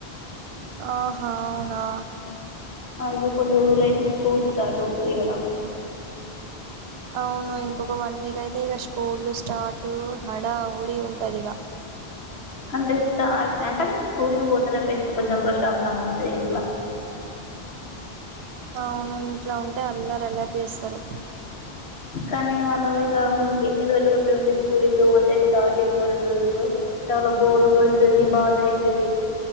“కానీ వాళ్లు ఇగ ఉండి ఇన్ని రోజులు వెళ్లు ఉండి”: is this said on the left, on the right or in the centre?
Left